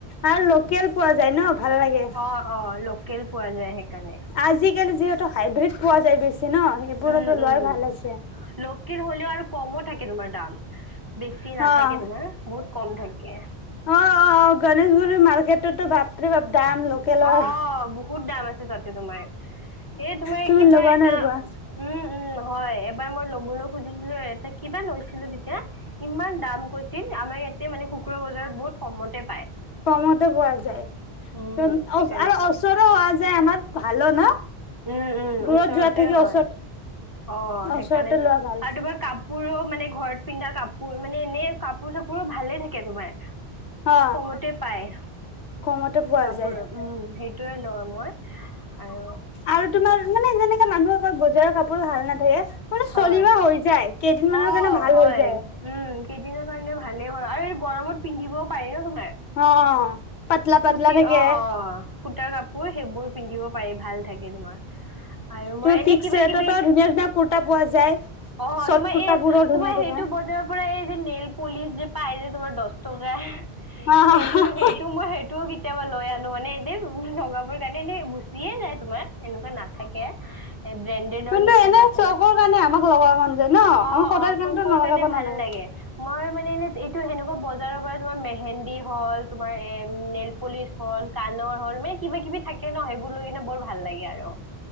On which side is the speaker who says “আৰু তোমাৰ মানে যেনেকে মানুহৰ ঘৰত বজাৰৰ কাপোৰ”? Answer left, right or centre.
Left